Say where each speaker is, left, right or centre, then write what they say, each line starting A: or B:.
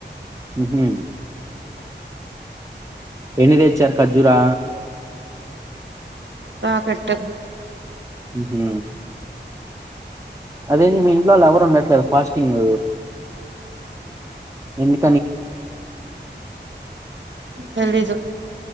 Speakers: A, on the right; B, on the right.
A: ఉహు ఎన్ని దెచ్చారు కర్జూరా
B: అ <unintelligible>
A: ఉహు అదేని మీన్ ఇంట్లో వాళ్ళు ఎవరు ఉండట్లేదా ఫస్టింగ్ ఎమ్మి
B: హరడజ